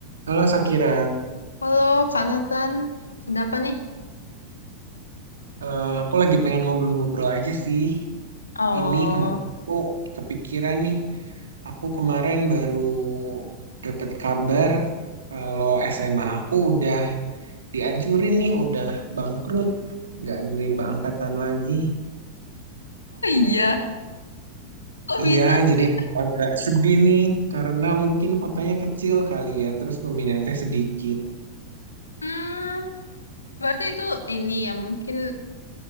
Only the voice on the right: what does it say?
Halo Sakira,
Eh, aku lagi pengen ngobrol-ngobrol aja sih.
Ini kemarin aku kepikiran nih, aku kemarin baru dapat kabar kalau SMA aku udah dihancurin nih, udah bangkrut, nggak nerima angkatan lagi.
Iya,
jadi aku agak sedih nih karena mungkin kotanya kecil kali ya, terus peminatnya sedikit.